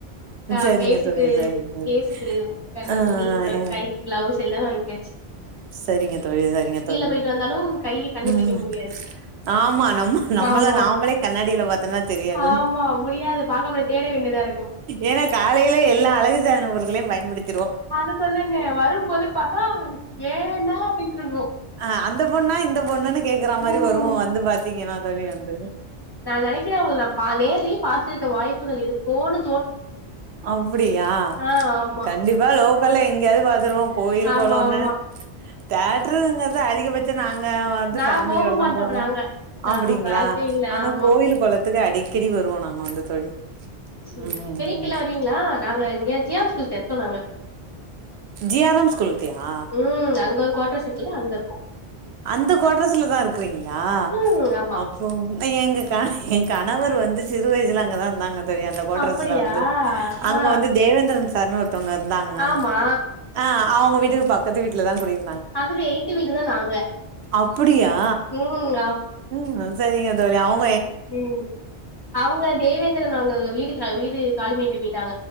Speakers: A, on the left; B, on the right.
A: ஆஹ
B: சரிங்க
A: பேசுட்டு
B: தோழி சரிங்க தோழி
A: கேசுக்கு கெட்டுற
B: ஆ
A: துணி அப்புறம்
B: ஆ
A: கை கிளவுஸ் எல்லாம் வாங்கி
B: சரிங்க தோழி சரிங்க தோழி
A: போயிட்டு வந்தாலு கைய கண்டுபிடிக்க
B: உம்
A: முடியாது
B: அ ஆமா நம்ம நம்மள
A: ஆமா
B: நாமளே கண்ணாடில பாத்தோம்னா தெரியாது
A: ஆமா முடியாது பாக்கப்பட தேட வேண்டியதா இருக்கு
B: ஏன்னா காலையில எல்லா அழகு சாதன பொருட்களையும் பயன்படுத்
A: அது சொல்லுங்க வரும்போது பாத்தா ஏன்டா அப்டின்ட்ருக்கு
B: அ அந்த பொண்ணா இந்த பொண் ணுனு கேக்குற மாறி
A: ம்
B: வருவோம் வந்து பாத்தீங்கன்னா தோழி வந்து
A: நான் நெனைக்கிறேன் உங்கள நான் பா நேர்லயே பாத்துருக்க வாய்ப்புகள் இருக்குனு
B: அப்டியா
A: ஆ ஆமா
B: கண்டிப்பா லோக்கல்ல எங்கேயாது பாத்துருவோம் கோயில்
A: ஆமா
B: கொளம்னு
A: ஆமா
B: தேட்ருங்கிறது அதிகபட்ச ச்சம் நாங்க வந்து
A: நா
B: ஃபேமிலியோடதா
A: போக மாட்டோ
B: போவோ
A: நாங்க நாங்க
B: அப்டிங்களா
A: வாய்ப்பே இல்ல
B: ஆனா
A: ஆமா
B: கோயில் குளத்துக்கு அடிக்கடி வருவோ நாங்க வந்து தோழி
A: <unintelligible>
B: ம் ம் ம்
A: லாம் வருவீங்களா நாங்க இங்க ஜி ஆர் ஸ்கூல்ட்டருக்கோம் நாங்க
B: ஜி ஆர் எம் ஸ்கூல்கிட்டயா
A: உம் அங்க ஒரு குவாட்ரஸ் இருக்குல்ல அங்க இருக்கோ
B: இந்த குவாட்ரஸ்ல தா இருக்கிறீங்க களா
A: ம் ஆமா
B: அப்போ எங்க கண என் கணவர் வந்து சிறு வயசுல அங் தா இருந்தாங்க தோழி அந்த கோட்ரஸ்ல
A: அப்படியா
B: வந்து அங்க
A: ஆ
B: வந்து தேவேந்திரன் சா சார்னு ஒரு த்தவுங்க இருந்தாங்க
A: ஆமா
B: ஆஹ அவுங்க வீட்டுக்கு பக்கத்து வீட்லதா குடியிருந்
A: அதுல எய்த்த வீடுதா நாங்க
B: அப்புடியா
A: ம்
B: உம் சேரிங்க தோழி அவுங்
A: உம் அவுங்க தேவேந்திரன் அவுங்க வீடுக்கு நா வீடு காலி பண்ணிட்டு போயிட்